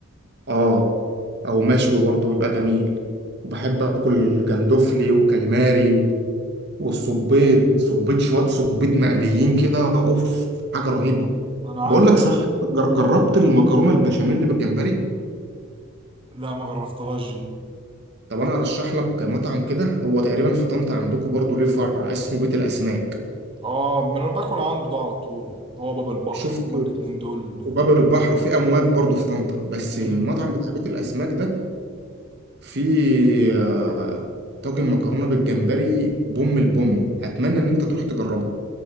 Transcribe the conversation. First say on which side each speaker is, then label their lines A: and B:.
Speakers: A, on the right; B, on the right.
A: اه او مشوي برضه بيبقى جميل وبحب اكل جندوفلي وكاليماري والصبيط صبيط شويه صبيط مقليين كده اوف حاجه رهيبه
B: انا عارف
A: بقول لك
B: ان
A: صح جر- جربت المكرونه البشاميل بالجمبري
B: لا ما جربتهاش دي
A: طب انا ارشح لك مطعم كده هو تقريبا في طنطا عندكم برضو ليه فرع اسمه بيت الاسماك
B: اه ما انا باكل عنده ده على طول هو باب البحر
A: شفته
B: هما الاتنين دول
A: في باب البحر وفي امواج برضو في طنطا بس
B: مم.
A: المطعم بتاع بيت الاسماك ده فيه آه، طاجن مكرونه بالجمبري بوم البوم اتمنى ان انت تروح تجربه